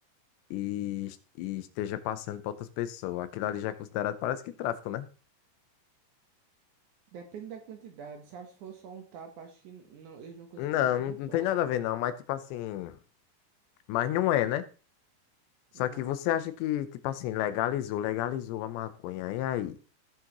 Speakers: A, on the left; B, on the right.
A: e, es- e esteja passando para outras pessoas. Aquilo ali já é considerado, parece que tráfico, né?
B: Depende da quantidade, sabe? Se for só um tapa, acho que não, eles não consideram
A: Não,
B: como
A: não, não
B: tráfico.
A: tem nada a ver, não. Mas, tipo assim. Mas não é, né? Só
B: Não.
A: que você acha que, tipo assim, legalizou, legalizou a maconha. E aí?